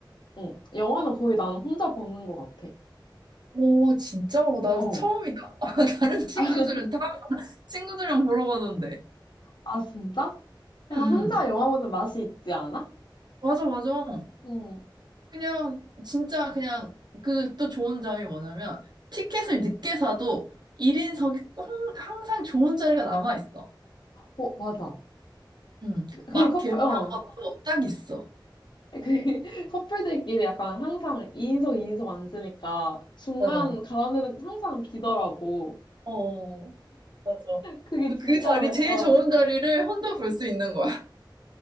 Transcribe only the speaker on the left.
어, 영화는 거의 나는 혼자 보는 것 같아.
어.
<laughs>
아, 진짜? 약간
혼자
영화 보는 맛이 있지 않아?
응.
어, 맞아.
그 커플,
어.
그 <laughs> 커플들끼리 약간 항상 2인석 2인석 앉으니까 중간
가운데는 항상 비더라고.
그게 진짜
왜,
어.